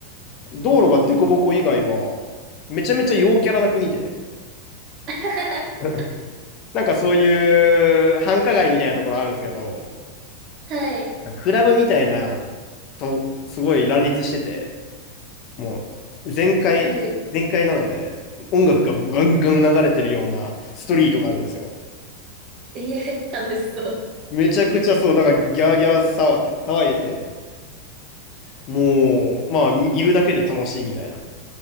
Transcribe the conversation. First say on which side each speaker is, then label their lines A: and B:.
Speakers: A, on the left; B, on the right.
A: 道路が凸凹以外は、めちゃめちゃ陽キャラな国で、
B: <laughs>
A: <laughs> なんかそういう繁華街みたいなところあるんですけど、
B: はい。
A: クラブみたいな、と、すごい乱立してて、もう全開、
B: はい。
A: 全開なので、音楽がガンガン流れてるようなストリートがあるんですよ。
B: ええ、楽しそう。
A: めちゃくちゃそう、だからギャーギャー騒騒いでて、もう、まあ、いるだけで楽しいみたいな。